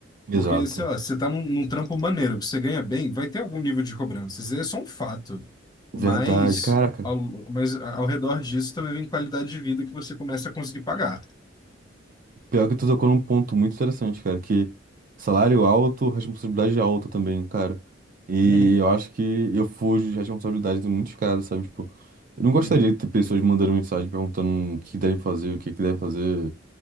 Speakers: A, on the right; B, on the left.
A: Exato.
B: Porque, sei lá, você tá num, num trampo maneiro, que você ganha bem, vai ter algum nível de cobrança. Isso é só um fato. Mas
A: Verdade, caraca.
B: ao, mas ao redor disso também vem qualidade de vida que você começa a conseguir pagar.
A: Pior que tu tocou num ponto muito interessante, cara, que salário alto, responsabilidade alta também, cara. E
B: Uhum,
A: eu acho que eu fujo de responsabilidades em muitos casos, sabe? Tipo, eu não gostaria
B: uhum.
A: de ter pessoas mandando mensagem perguntando o que devem fazer, o que que devem fazer.